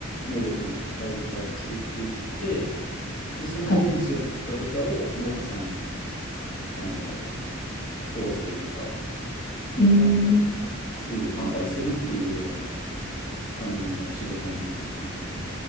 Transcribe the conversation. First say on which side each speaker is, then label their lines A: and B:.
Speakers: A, on the left (about 40°); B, on the left (about 60°).
A: 能力の高い豚を作っていって、で、その遺伝子を持った豚を農家さんに、
B: はい。
A: あの、卸すというか、
B: うーん
A: あの、売る、販売するっていうような感じの仕事になってきますね。